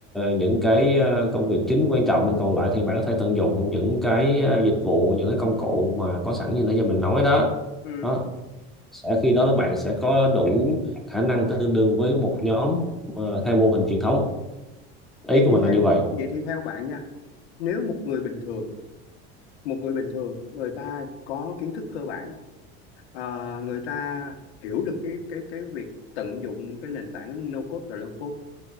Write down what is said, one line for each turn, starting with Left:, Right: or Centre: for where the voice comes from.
Centre: những cái ờ, công việc chính quan trọng còn lại thì bạn có thể tận dụng những cái ờ, dịch vụ những cái công cụ mà có sẵn như nãy giờ mình nói đó
Left: ừ.
Centre: đó sẽ khi đó là bạn sẽ có đủ khả năng tương đương với một nhóm ờ, theo mô hình truyền thống ý
Left: vậy
Centre: của
Left: thì
Centre: mình
Left: theo
Centre: là như vậy
Left: vậy thì theo bạn nha nếu một người bình thường một người bình thường người ta có kiến thức cơ bản ờ, người ta hiểu được cái cái cái việc tận dụng cái nền tảng no code và low code